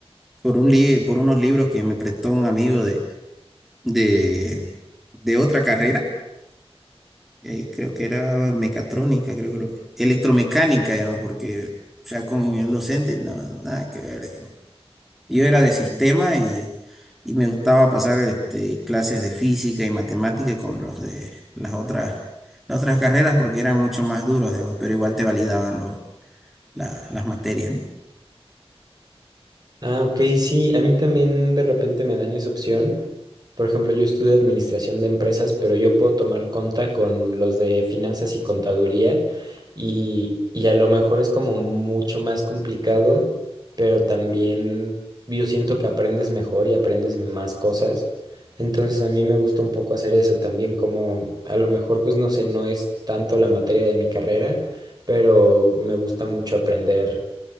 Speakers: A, in the centre; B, on the right (about 40°).
A: por un li- por unos libros que me prestó un amigo de, de, de otra carrera eh, creo que era mecatrónica, creo que lo que- electromecánica, digamos, porque ya con el docente no, nada que ver. digamos. Yo era de sistema y, y me gustaba pasar este, clases de física y matemática con los de las otras, las otras carreras porque eran mucho más duros, digamos, pero igual te validaban los, la- las materias, ¿no?
B: Ah, ok, sí, a mí también de repente me dan esa opción. Por ejemplo, yo estudio administración de empresas, pero yo puedo tomar conta con los de finanzas y contaduría y, y a lo mejor es como mucho más complicado, pero también yo siento que aprendes mejor y aprendes más cosas. Entonces a mí me gusta un poco hacer eso también, como a lo mejor pues no sé, no es tanto la materia de mi carrera, pero me gusta mucho aprender